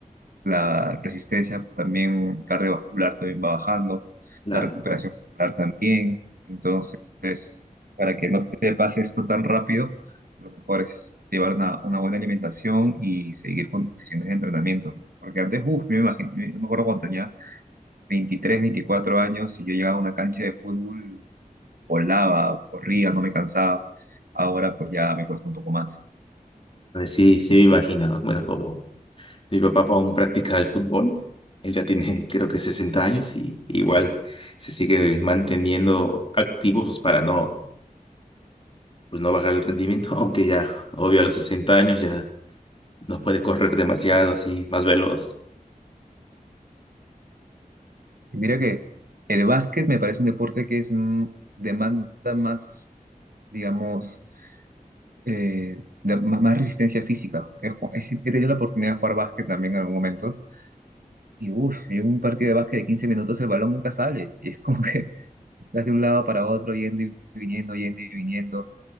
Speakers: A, on the right (about 80°); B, on the left (about 35°).
A: la resistencia también cardiovascular también va bajando,
B: La,
A: la recuperación muscular también. Entonces, para que no te pase esto tan rápido, lo mejor es llevar una, una buena alimentación y seguir con sesiones de entrenamiento. Porque antes, uff, me imagino, yo me acuerdo cuando tenía 23 24 años y yo llegaba a una cancha de fútbol, volaba, corría, no me cansaba. Ahora pues ya me cuesta un poco más.
B: pues sí, sí me imagino, ¿no? Bueno, como Mi papá aún practica el fútbol. Él ya tiene, <laughs> creo que 60 años y igual se sigue manteniendo activo pues, para no, pues, no bajar el rendimiento, <laughs> aunque ya, obvio, a los 60 años ya no puede correr demasiado, así, más veloz.
A: Y Mira que el básquet me parece un deporte que es mm, demanda más digamos, eh, de- ma- más, resistencia física. He, ju- he si- he tenido la oportunidad de jugar básquet también en algún momento. Y uff, yo en un partido de básquet de 15 minutos el balón nunca sale. Y es como que <laughs> estás de un lado para otro, yendo y viniendo, yendo y viniendo,